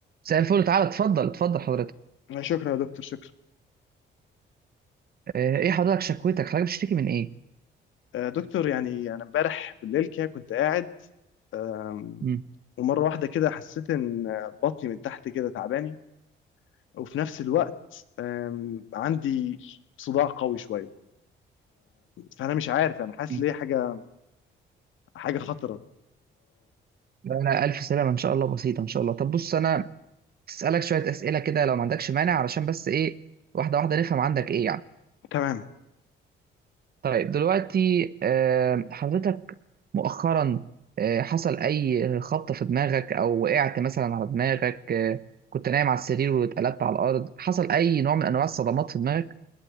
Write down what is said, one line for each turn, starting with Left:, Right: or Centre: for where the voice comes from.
Right: مساء الفل تعالى اتفضل اتفضل حضرتك
Left: آه، شكرا يا دكتور شكرا
Right: آه، ايه حضرتك شكوتك حضرتك بتشتكي من ايه
Left: آه، دكتور يعني انا امبارح بالليل كده كنت قاعد آم،
Right: مم.
Left: ومره واحده كده حسيت ان آه، بطني من تحت كده تعباني وفي نفس الوقت آم، عندي صداع قوي شويه فانا مش عارف انا حاسس
Right: مم.
Left: ليه حاجه حاجه خطره
Right: لا انا الف سلامه ان شاء الله بسيطه ان شاء الله طب بص انا اسالك شويه اسئله كده لو ما عندكش مانع علشان بس ايه واحده واحده نفهم عندك ايه يعني
Left: تمام
Right: طيب دلوقتي آه، حضرتك مؤخرا آه، حصل اي خبطه في دماغك او وقعت مثلا على دماغك آه، كنت نايم على السرير واتقلبت على الارض حصل اي نوع من انواع الصدمات في دماغك